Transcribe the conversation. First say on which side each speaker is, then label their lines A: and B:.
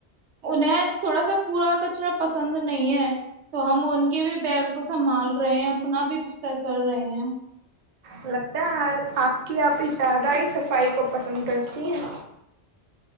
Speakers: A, on the right (about 75°); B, on the right (about 50°).
A: انہیں تھوڑا سا پورا کچرا پسند نہیں ہے تو ہم ان کے بھی بیڈ کو سنبھال رہے ہیں اپنا بھی بستر کر رہے ہیں
B: لگتا ہے آپ کی آپ بھی زیادہ ہی صفائی کو پسند کرتی ہیں